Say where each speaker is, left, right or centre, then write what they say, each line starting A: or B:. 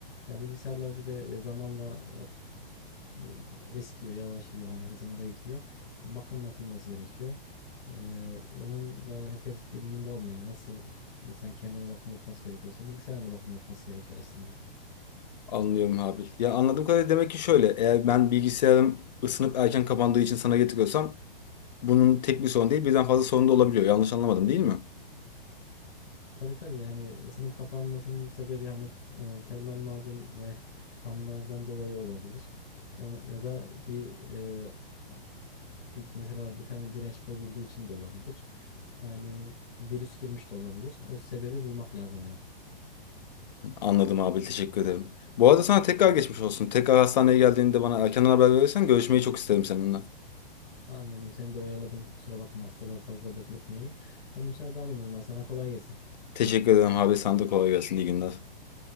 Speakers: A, on the left; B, on the left.
A: Ya bilgisayarlar bir de e, zamanla e, eskiyor, yavaşlıyor hani hızını da yitiriyor bakım yapılması gerekiyor. Ee, onun da herkes bilincinde olmuyor. Yani nasıl insan kendine bakım yapması gerekiyorsa bilgisayara da bakım yapması gerekiyor aslında.
B: Anlıyorum Habil. Ya anladığım kadarıyla demek ki şöyle. Eğer ben bilgisayarım ısınıp erken kapandığı için sana getiriyorsam bunun tek bir sorun değil birden fazla sorun da olabiliyor. Yanlış anlamadım değil mi?
A: Tabii tabii yani ısınım kapanmasının sebebi hani e, termal macun ve fanlardan dolayı olabilir. O, ya da bir, e, a- bir- mesela bir tane direnç bozulduğu için de olabilir. Yani virüs girmiş de olabilir. O sebebi bulmak lazım ama.
B: Anladım Habil. Teşekkür ederim. Bu arada sana tekrar geçmiş olsun. Tekrar hastaneye geldiğinde bana erkenden haber verirsen görüşmeyi çok isterim seninle.
A: Anladım. Seni de oyaladım. Kusura bakma hastaları fazla bekletmeyelim. Ben müsaade alayım o zaman. Sana kolay gelsin.
B: Teşekkür ederim Habil. Sana da kolay gelsin. İyi günler.